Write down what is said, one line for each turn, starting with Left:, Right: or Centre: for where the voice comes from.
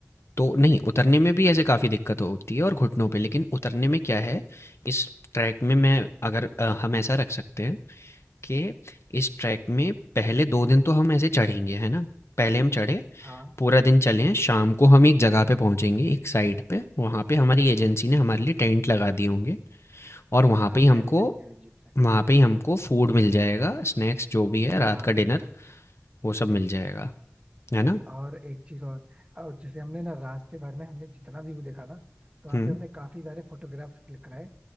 Left: तो नहीं, उतरने में भी ऐसे काफ़ी दिक्कत होती है और घुटनों पे, लेकिन उतरने में क्या है, इस ट्रैक में मैं अगर अ, हम ऐसा रख सकते हैं कि इस ट्रैक में पहले 2 दिन तो हम ऐसे चढ़ेंगे, है ना? पहले हम चढ़े,
Right: हाँ
Left: पूरा दिन चले, शाम को हम एक जगह पे पहुँचेंगे, एक साइट पे, वहाँ पे हमारी एजेंसी ने हमारे लिए टेंट लगा दिए होंगे और वहाँ
Right: हाँ
Left: पे ही हमको
Right: पहले से ही अरेंज है
Left: वहाँ पे ही हमको फूड मिल जाएगा, स्नैक्स जो भी है,
Right: हाँ
Left: रात का डिनर, वो सब मिल जाएगा, है ना?
Right: और एक चीज और और जैसे हमने ना रास्ते भर में हमने जितना व्यू देखा ना तो वहाँ
Left: हुँ,
Right: पे हमने काफी सारे फोटोग्राफ्स क्लिक कराए